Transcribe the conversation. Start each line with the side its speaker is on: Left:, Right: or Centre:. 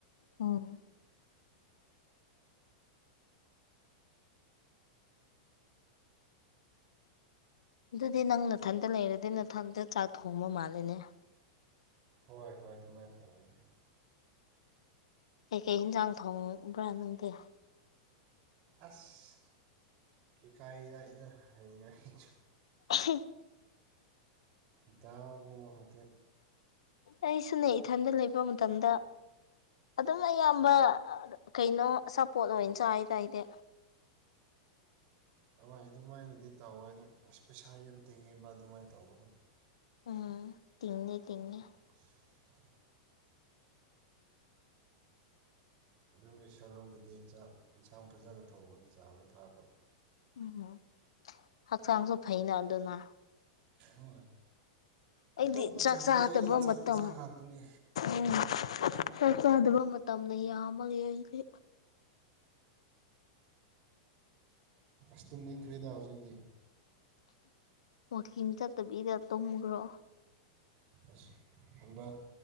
Left: ꯎꯝ ꯗꯨꯗꯤ ꯅꯪ ꯅꯊꯟꯇ ꯂꯩꯔꯗꯤ ꯅꯊꯟꯇ ꯆꯥꯛ ꯊꯣꯡꯕ ꯃꯥꯜꯂꯦꯅꯦ
Right: ꯍꯣꯏ ꯍꯣꯏ ꯗꯨꯃꯥꯏꯟ ꯇꯧꯕꯅꯤ
Left: ꯀꯩ ꯀꯩ ꯍꯤꯟꯖꯥꯡ ꯊꯣꯡꯕ꯭ꯔꯥ ꯅꯪꯗꯤ
Right: ꯑꯁ ꯏꯀꯥꯏꯗ <unintelligible> ꯗ ꯍꯩꯅꯒꯤꯆꯨ
Left: <inaudible>
Right: ꯗꯥꯎꯒ ꯃꯈ
Left: ꯑꯩꯁꯨꯅꯦ ꯏꯊꯟꯗ ꯂꯩꯕ ꯃꯇꯝꯗ ꯑꯗꯨꯝ ꯑꯌꯥꯝꯕ ꯀꯩꯅꯣ ꯑꯆꯥꯄꯣꯠ ꯑꯣꯏꯅ ꯆꯥꯏꯗ ꯑꯩꯗꯤ
Right: ꯍꯣꯏ ꯑꯗꯨꯃꯥꯏꯅꯗꯤ ꯇꯧꯋꯦ ꯑꯗꯨ ꯄꯩꯁꯥ ꯌꯦꯟ ꯇꯤꯡꯉꯦꯕ ꯑꯗꯨꯃꯥꯏꯅ ꯇꯧꯕꯗꯣ
Left: ꯎꯝ ꯇꯤꯡꯗꯤ ꯇꯤꯡꯉꯦ
Right: <inaudible> ꯑꯗꯨꯒꯤ ꯁꯂꯧꯗꯗꯤ ꯆꯥꯛ ꯏꯟꯁꯥꯡ ꯐꯖꯅ ꯊꯣꯡꯔꯒ ꯆꯥꯕꯅꯥ ꯐꯥꯕ
Left: ꯎꯝ ꯍꯛꯆꯥꯡꯁꯨ ꯐꯩꯅ ꯑꯗꯨꯅ
Right: ꯍꯣꯏ
Left: ꯑꯩꯗꯤ
Right: ꯑꯇꯣꯞꯄ
Left: ꯆꯥꯛ
Right: ꯆꯥꯗꯦ
Left: ꯆꯥꯗꯕ
Right: ꯑꯩ ꯆꯥꯛ
Left: ꯃꯇꯝ
Right: ꯏꯟꯁꯥꯡ ꯉꯥꯛꯇꯅꯤ
Left: ꯎꯝ ꯆꯥꯛ ꯆꯥꯗꯕ ꯃꯇꯝꯅ ꯌꯥꯝꯃꯒꯤ ꯑꯩꯗꯤ
Right: ꯑꯁ ꯇꯨꯝꯅꯤꯡꯈ꯭ꯔꯦꯗ ꯍꯧꯖꯤꯛꯇꯤ
Left: ꯋꯥꯀꯤꯡ ꯆꯠꯇꯕꯤꯗ ꯇꯨꯝꯒ꯭ꯔꯣ
Right: ꯑꯁ ꯍꯟꯗꯛ